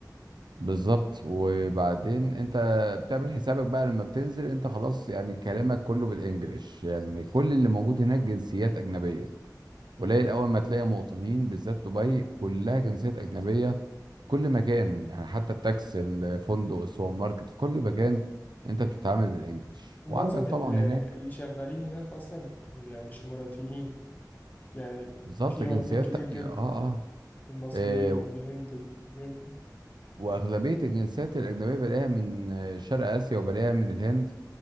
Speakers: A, on the right; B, on the left.
A: بالظبط وبعدين انت بتعمل حسابك بقى لما بتنزل انت خلاص يعني كلامك كله بالانجلش يعني كل اللي موجود هناك جنسيات اجنبيه قليل اول ما تلاقي مواطنين بالذات دبي كلها جنسيات اجنبيه كل مكان يعني حتى التاكس الفندق السوبر ماركت في كل مكان انت بتتعامل بالانجلش
B: ومعظم
A: وعندك طبعا
B: ال-
A: هناك
B: اللي شغالين هناك أصلا يعني مش إماراتيين يعني
A: بالظبط
B: في
A: جنسيات
B: واخدين كتير
A: تانية
B: جدا
A: اه اه
B: المصريين
A: اه،
B: والهند وغيرهم
A: واغلبيه الجنسيات الاجنبيه بلاقيها من اه، شرق اسيا وبلاقيها من الهند